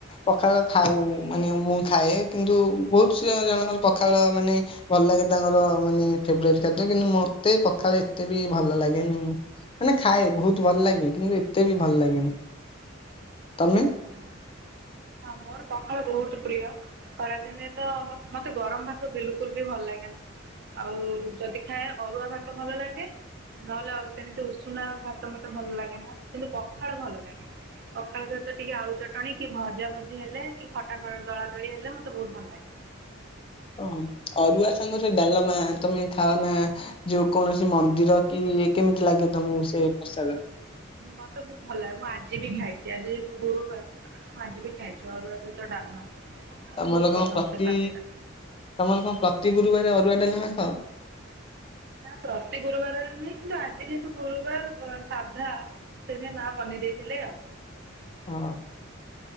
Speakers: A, on the left; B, on the right.
A: ପଖାଳ ଖାଉ ମାନେ ମୁଁ ଖାଏ କିନ୍ତୁ ବହୁତ ସ ଜଣଙ୍କର ପଖାଳ ମାନେ ଭଲ ଲାଗେ ତାଙ୍କର ମାନେ ଫେବରଟ ଖାଦ୍ୟ କିନ୍ତୁ ମୋତେ ପଖାଳ ଏତେ ବି ଭଲ ଲାଗେନି। ମାନେ ଖାଏ ବହୁତ ଭଲ ଲାଗେ, କିନ୍ତୁ ଏତେ ବି ଭଲ ଲାଗେନି ତମେ?
B: ଓୋ ହ ହଁ ମୋର ପଖାଳ ବହୁତ ପ୍ରିୟ। ଖରାଦିନେ ତ ମତ୍ ମତେ ଗରମ ଭାତ ବିଲକୁଲ ବି ଭଲ ଲାଗେନା। ଆଉ ଯଦି ଖାଏ ଅରୁଆ ଭାତ ଭଲ ଲାଗେ। ନହେଲେ ଆଉ ସେମିତି ଉଷୁନା ଭାତ ମତେ ଭଲ ଲାଗେ ନା କିନ୍ତୁ ପଖାଳ ଭଲ ଲାଗେ। ପଖାଳ ସହିତ ଟିକେ ଆଳୁ ଚଟଣି କି ଭଜା ଭଜି ହେଲେ କି ଖଟା ଦଳା ଦଳି ହେଲେ ମତେ ବହୁତ ଭଲ ଲାଗେ।
A: ଓ ଅରୁଆ ସାଙ୍ଗରେ ଡାଲମା ତମେ ଖାଅ ନା? ଯୋଉ କୌଣସି ମନ୍ଦିର କି କେମିତି ଲାଗେ ତମକୁ ସେ ପୋସାଦ?
B: ହୁଁ ମତେ ବହୁତ ଭଲ ଲାଗେ। ମୁଁ ଆଜି ବି ଖାଇଛି ଆଜି ଯେହେତୁ ଗୁରୁବାର। ଆଜି ବି ଖାଇଚି ଅରୁଆ ସହିତ ଡାଲମା। ମୋତେ
A: ତମର
B: ବହୁତ ପସନ୍ଦ
A: କଣ ପ୍ରତି
B: ସେ ଖାଦ୍ୟ ଟା।
A: ତମର କଣ ପ୍ରତି ଗୁରୁବାରେ ଅରୁଆ ଡାଲମା ଖାଅ?
B: ନା ପ୍ରତି ଗୁରୁବାର ନୁହେଁ କିନ୍ତୁ ଆଜି ଯେହେତୁ ଗୁରୁବାର ଉ ସାଧା ସେଥି ପାଇଁ ମା ବନେଇ ଦେଇଥିଲେ ଆଉ।
A: ହଁ।